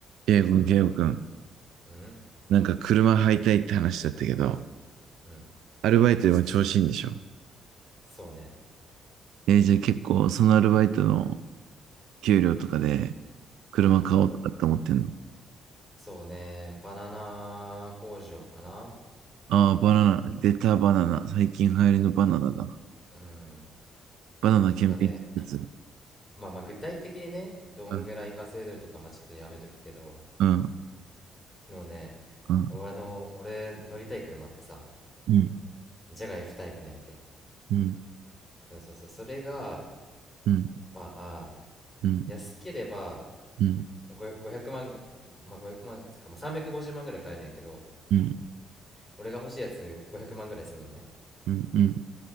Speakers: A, on the right; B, in the centre.
A: ケイブ君、ケイゴくん
B: うん
A: なんか車買いたいって話だったけど、
B: うん
A: アルバイトでも調子いいんでしょ
B: そうね
A: えーじゃあ結構そのアルバイトの給料とかで車買おうとかって思ってんの
B: そうそうねバナナ工場かな
A: ああー、バナナ、出たバナナ。最近流行りのバナナだ。
B: うん
A: バナナ検品施設。
B: とかでまあまあ具体的にねどんぐらい稼いでるとかまあちょっとやめとくけど
A: うん、うん、
B: もうね
A: うん、
B: 俺の俺乗りたい車ってさ
A: うん、
B: ジャガ F タイプなんやて
A: うん、
B: そうそうそうそれが
A: うん、
B: まあ
A: うん、
B: 安ければ
A: うん、
B: ご500万ぐまあ500万っつうかまあ350万ぐらい買えるんやけど
A: うん、
B: 俺が欲しいやつ500万ぐらいするのね
A: うん、うん、